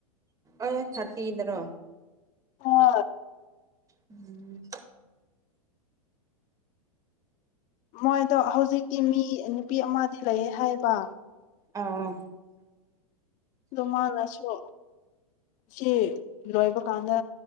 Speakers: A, on the right; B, on the left.
A: ꯑꯦ ꯊꯇꯤꯗꯔꯣ
B: ꯍ
A: ꯎꯝ
B: ꯃꯣꯏꯗꯣ ꯍꯧꯖꯤꯛꯇꯤ ꯃꯤ ꯅꯨꯄꯤ ꯑꯃꯗꯤ ꯂꯩꯌꯦ ꯍꯥꯏꯕ
A: ꯑꯥ
B: ꯃꯅꯁꯨ ꯁꯤ ꯂꯣꯏꯕ ꯀꯥꯟꯗ